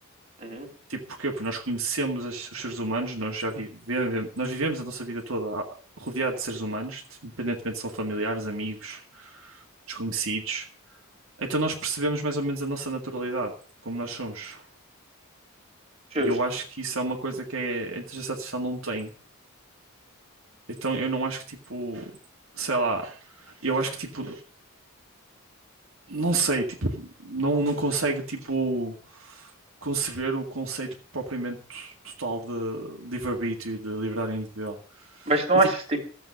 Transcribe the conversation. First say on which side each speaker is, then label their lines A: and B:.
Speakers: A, on the right (about 30°); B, on the right (about 70°).
A: uhum.
B: Tipo, porquê? Porque nós conhecemos as- os seres humanos, nós já vivemos, nós vivemos a nossa vida toda a- rodeado de seres humanos, independentemente se são familiares, amigos, desconhecidos. Então nós percebemos mais ou menos a nossa naturalidade, como nós somos.
A: Justo.
B: E eu acho que isso é uma coisa que é, a inteligência artificial não tem. Então eu não acho que tipo, sei lá, eu acho que tipo, não sei, tipo, não, não consegue tipo conceber o conceito propriamente total de livre-arbítrio e de liberdade individual.
A: Mas não
B: E
A: achas tipo,